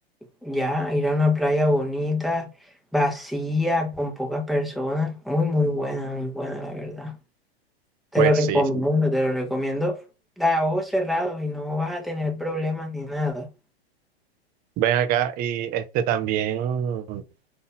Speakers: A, in the centre; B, on the right.
A: ya, ir a una playa bonita, vacía, con pocas personas. Muy, muy buena, muy buena, la verdad. Te
B: Pues
A: lo recomiendo,
B: sí, sí.
A: te lo recomiendo a ojos cerrados y no vas a tener problemas ni nada.
B: Ven acá y este también, o